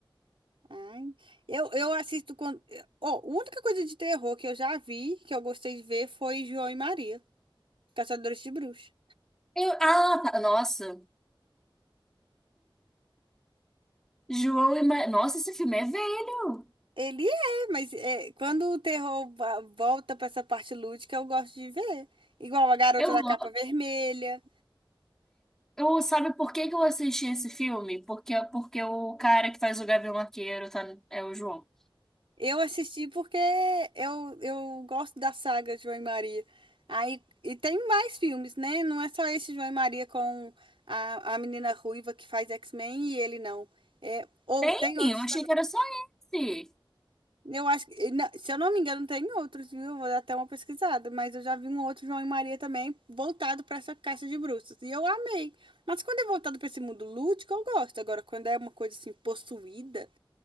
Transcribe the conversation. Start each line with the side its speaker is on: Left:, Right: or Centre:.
Right: Ai, eu, eu assisto quando. Ó, a única coisa de terror que eu já vi, que eu gostei de ver, foi João e Maria, Caçadores de Bruxas.
Centre: Eu, ah, tá, nossa. João e Ma... Nossa, esse filme é velho.
Right: Ele é, mas é, quando o terror va- volta pra essa parte lúdica, eu gosto de ver. Igual a Garota
Centre: Eu,
Right: da
Centre: go-
Right: Capa Vermelha.
Centre: eu sabe por que que eu assisti esse filme? Porque porque o cara que faz o Gavião Arqueiro tá, é o João.
Right: Eu assisti porque eu, eu gosto da saga João e Maria. Aí, e tem mais filmes, né? Não é só esse João e Maria com a, a menina ruiva que faz X-Men e ele não. É, ou
Centre: Tem?
Right: tem outros.
Centre: Eu achei que era só esse.
Right: Eu acho que, na- se eu não me engano, tem outros, viu? Eu Vou dar até uma pesquisada, mas eu já vi um outro João e Maria também voltado para essa caixa de bruxas. E eu amei. Mas quando é voltado para esse mundo lúdico, eu gosto. Agora, quando é uma coisa assim possuída,